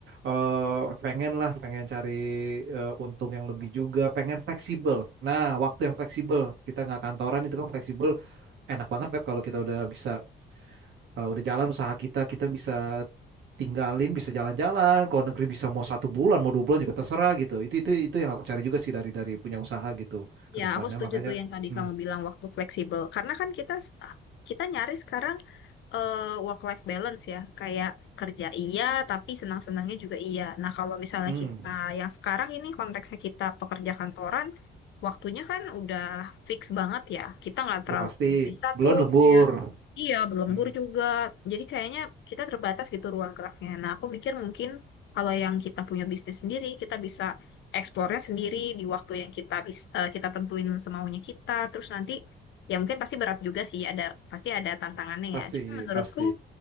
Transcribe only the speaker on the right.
eh, pengen lah, pengen cari eh, untung yang lebih juga, pengen fleksibel. Nah, waktu yang fleksibel kita nggak kantoran itu kan fleksibel, enak banget Feb kalau kita udah bisa eh, udah jalan usaha kita, kita bisa tinggalin, bisa jalan-jalan. Kalau negeri bisa mau satu bulan, mau dua bulan juga terserah gitu. Itu itu itu yang aku cari juga sih dari dari punya usaha gitu ke
depannya.
Makanya,
hmm,
hmm.
Udah pasti.
Belum
lembur.
Hmm,
Pasti,
pasti.